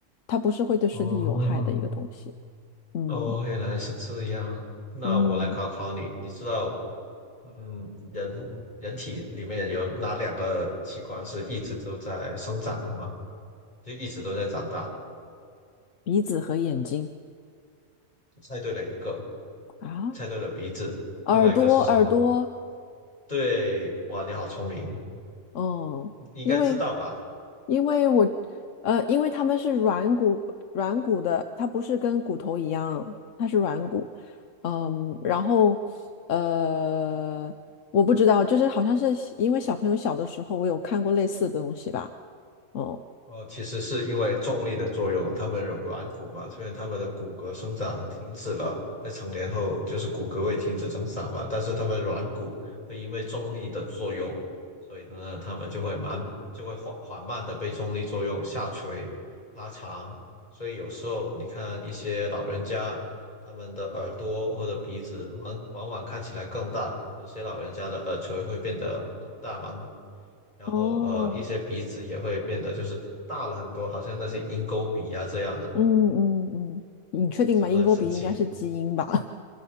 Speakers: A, on the left; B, on the left.
A: 它不是会对身体有害的一个东西。
B: 哦哼
A: 嗯。
B: 哦，原来是这样。那我来考考你，
A: 嗯，
B: 你知道，嗯，人人体里面有哪两个器官是一直都在生长的吗？就一直都在长大。
A: 鼻子和眼睛
B: 猜对了一个，
A: 啊，
B: 猜对了鼻子，
A: 耳朵，
B: 另外一个是什么？
A: 耳朵，
B: 对，哇，你好聪明，
A: 哦，
B: 你应该知道吧？
A: 因为因为我呃，因为它们是软骨软骨的，它不是跟骨头一样，它是软骨，嗯，然后呃，我不知道，就是好像是因为小朋友小的时候，我有看过类似的东西吧，哦，
B: 哦，其实是因为重力的作用，他们有软骨嘛，所以他们的骨骼生长停止了，在成年后就是骨骼会停止增长嘛，但是他们软骨会因为重力的作用，所以呢，他们就会慢，就会缓缓慢的被重力作用下垂、拉长，所以有时候你看一些老人家，他们的耳朵或者鼻子往往往看起来更大，有些老人家的耳垂会变得很大嘛，然后呃一些鼻子也会变得就是大了很多，
A: 哦，
B: 好像那些鹰钩鼻啊这样的，
A: 嗯嗯嗯，你确定吗？
B: 是不是很神奇？
A: 鹰钩鼻应该是基因吧？